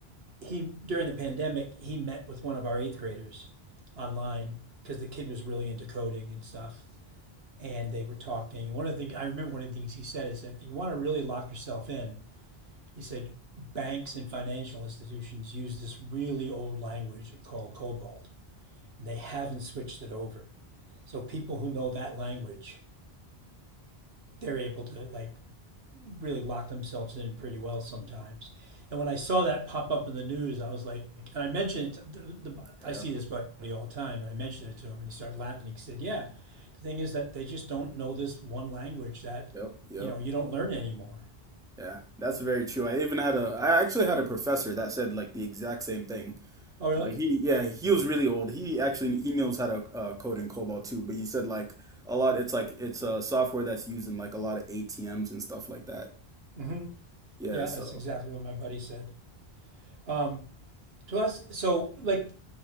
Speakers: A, on the right; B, in the centre.
A: he during the pandemic he met with one of our eighth graders online because the kid was really into coding and stuff, and they were talking. And one of the things I remember, one of the things he said is that if you want to really lock yourself in, he said banks and financial institutions use this really old language called COBOL. and They haven't switched it over So people who know that language, they're able to like really lock themselves in pretty well sometimes. And when I saw that pop up in the news, I was like, and I mentioned it. The, the,
B: yep,
A: I see this buddy all the time, and I mentioned it to him, and he started laughing. He said, "Yeah, the thing is that they just don't know this one language that,
B: yep, yep.
A: you know, you don't learn anymore."
B: Yeah, that's very true. I even had a I actually had a professor that said like the exact same thing.
A: Oh, really?
B: Like he, yeah, he was really old. He actually he knows how to uh, code in COBOL too, but he said like a lot. It's like it's uh, software that's used in like a lot of ATMs and stuff like that.
A: Mm-hmm.
B: Yeah,
A: Yeah,
B: so
A: that's exactly what my buddy said. Um, to us, so like